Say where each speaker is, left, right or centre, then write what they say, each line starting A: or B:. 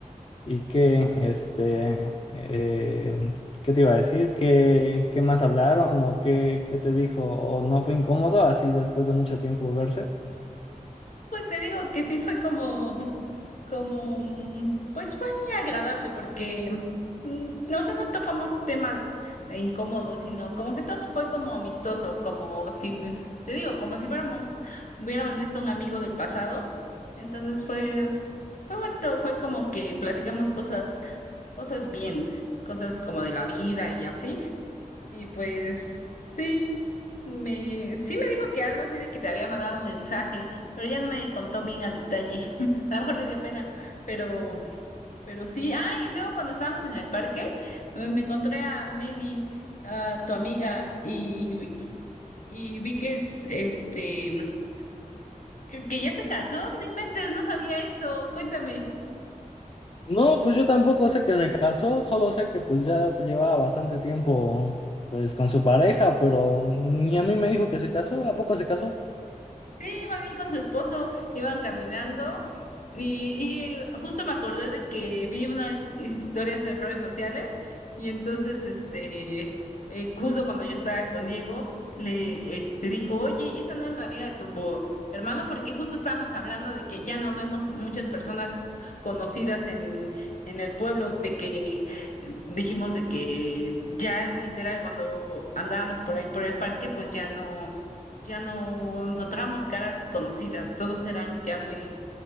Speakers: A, on the left (about 40°); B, on the left (about 65°).
A: y qué, este, eh, ¿qué te iba a decir? ¿Qué, qué más hablaron o qué, qué te dijo? ¿O no fue incómodo así después de mucho tiempo verse?
B: Pues te digo que sí fue como, <laughs> como, mm, pues fue agradable porque, mm, no, o sea, no tocamos temas eh, incómodos, sino como que todo fue como amistoso, como si, te digo, como si fuéramos, hubiéramos visto un amigo del pasado. Entonces fue, fue bonito, fue como que platicamos cosas, cosas bien, cosas como de la vida y así. Y pues sí, me, sí me dijo que algo así de que te había mandado un mensaje, pero ya no me contó bien a detalle. <laughs> A lo mejor le dio pena, pero, pero sí. Ah, y luego cuando estábamos en el parque, me me encontré a Meli, a tu amiga, y, y vi que es, este, que, que ya se casó, no inventes, no sabía eso, cuéntame.
A: No, pues yo tampoco sé que se casó, solo sé que pues ya te llevaba bastante tiempo pues con su pareja, pero ni a mí me dijo que se casó, ¿a poco se casó?
B: Sí, iban ahí con su esposo, iban caminando y, y justo me acordé de que vi unas historias en redes sociales y entonces, este, eh, justo cuando yo estaba con Diego, le, este, dijo, oye, ¿y esa no es la amiga de tu bo- hermano? Porque justo estábamos hablando de que ya no vemos muchas personas conocidas en, en el pueblo, de que eh, dijimos de que ya literal cuando andábamos por ahí por el parque, pues ya no ya no encontrábamos caras conocidas, todos eran ya muy,